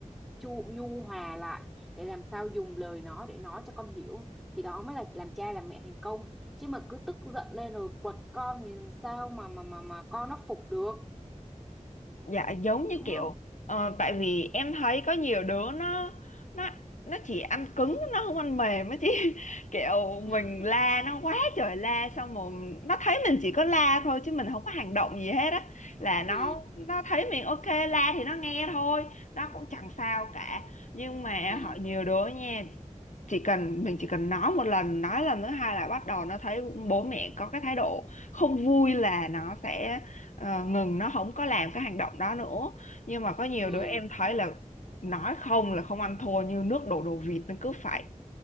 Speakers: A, in the centre; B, on the left.
A: chu nhu hòa lại để làm sao dùng lời nó để nói cho con hiểu thì đó mới là làm cha làm mẹ thành công chứ mà cứ tức giận lên rồi quật con thì làm sao mà mà mà mà con nó phục được
B: dạ giống như
A: đúng
B: kiểu
A: không
B: ờ, tại vì em thấy có nhiều đứa nó nó nó chỉ ăn cứng nó không ăn mềm á chị <laughs> kiểu mình
A: <laughs>
B: la nó quá trời la xong rồi nó thấy mình chỉ có la thôi chứ mình không có hành động gì hết á là nó
A: ừ
B: nó thấy mình ok la thì nó nghe thôi nó cũng chẳng sao cả nhưng mà
A: ừ
B: họ nhiều đứa nha chỉ cần mình chỉ cần nói một lần nói lần thứ hai là bắt đầu nó thấy bố mẹ có cái thái độ không vui là nó sẽ ờ, ngừng nó không có làm cái hành động đó nữa nhưng mà có nhiều
A: ừ
B: đứa em thấy là nói không là không ăn thua như nước đổ đồ vịt nó cứ phải